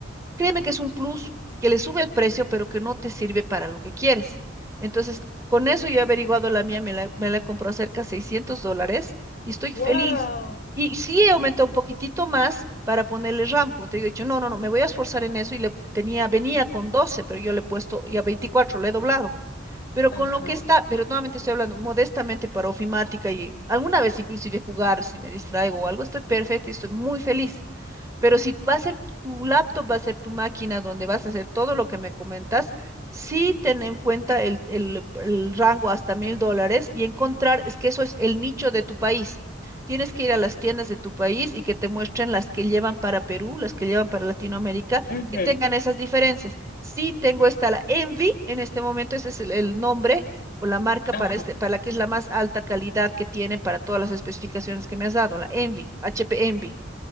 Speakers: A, on the right; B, on the left.
A: Créeme que es un plus que le sube el precio, pero que no te sirve para lo que quieres. Entonces, con eso yo he averiguado la mía, me la, me la he comprado cerca de 600 dólares y estoy
B: Wow.
A: feliz. Y sí he aumentado un poquitito más para ponerle RAM, como te digo, he dicho, no, no, no, me voy a esforzar en eso y le tenía, venía con 12, pero yo le he puesto ya 24, le he doblado. Pero con
B: Ajá.
A: lo que está, pero nuevamente estoy hablando modestamente para ofimática y alguna vez inclusive jugar, si me distraigo o algo, estoy perfecta y estoy muy feliz. Pero si va a ser tu laptop, va a ser tu máquina donde vas a hacer todo lo que me comentas, sí ten en cuenta el, el- el rango hasta mil dólares y encontrar, es que eso es el nicho de tu país. Tienes que ir a las tiendas de tu país y que te muestren las que llevan para Perú, las que llevan para Latinoamérica,
B: ujú,
A: que tengan esas diferencias. Sí tengo esta, la Envy, en este momento ese es el, el nombre o la marca
B: Ajá.
A: para este, para la que es la más alta calidad que tiene para todas las especificaciones que me has dado, la Envy, HP Envy.